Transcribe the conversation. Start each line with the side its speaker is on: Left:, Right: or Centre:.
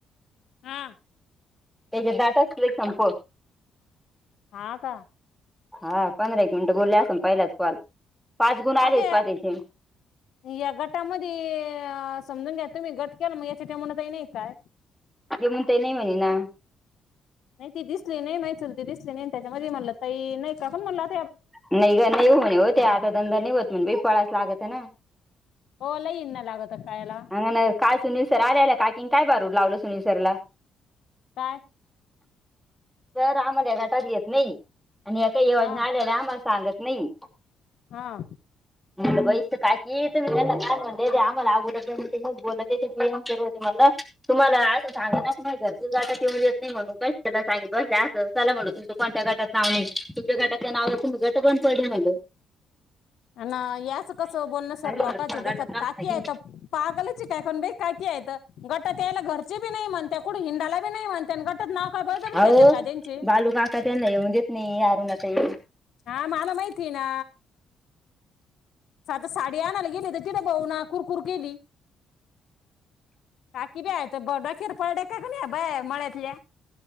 Left: हा
Centre: त्याच्या डाटा च लई संपत.
Left: हा का
Centre: हा पंधरा एक मिनिटं बोलले आसन. पहिलाच कॉल पाच गुण आलेच
Left: आता या
Centre: पा त्याचे
Left: या गटामध्ये अ समजून घेत. तुम्ही गट केला मग याच्या तुम्हाला नाही काय
Centre: जेमून तेई नाही म्हणे ना.
Left: नाही ती दिसली नाही माही चुलती दिसली नाही त्याच्यामध्ये म्हणलं ताई नाही काण म्हणला.
Centre: नाही ग नाही होणे हो ते आता धंदा नाही होत म्हणे बाई पळाच लागत. ना.
Left: हो लई इन लागत. कायला
Centre: अंगं काल सुूनीलसर आलेला काकीन काय बारूड लावलं सुनील सरला.
Left: काय?
Centre: तर आम्हाला या गटात घेत नाही. आणि ए का योजना
Left: हा
Centre: आल्याला आम्हाला सांगत नाही.
Left: हा
Centre: म बई काय क का म्हण आम्हाला अगोदर बोल बेम करते मला तुम्हाला असं सांगा ना नाही घरची जाटा येऊन येत नाही म्हणून काला सांगित बस असं चला म्हण तुमचं कोणत्या गटात नाव नाही. तुमच्या गटाच्या नाव तुमच गट बंद पडील म्हणल.
Left: आन याच कस बोलण्या सर लोकांचे
Centre: बरं, तुमच्या
Left: देखत
Centre: गटात नाव
Left: काकी
Centre: नाही.
Left: आहेत. पागलचे काय कोण बे काकी हाईत. गट तेला घरची बी नाही म्हणते कुठ हिंडाला बी नाही म्हन- - गटात नाव का बळजबरी
Centre: अहो
Left: घेतात का त्यांचे?
Centre: बालू काका त्यांना येऊन देत नाही अरुणाताई
Left: हा मला माहिती तीना साधं साडी आणयला गेली तिथं बहु ना कुरकुर केली. काकी बि हायेत बरबळ कीेरपळ डेक्या कणी ह्या बाया मळ्यातल्या.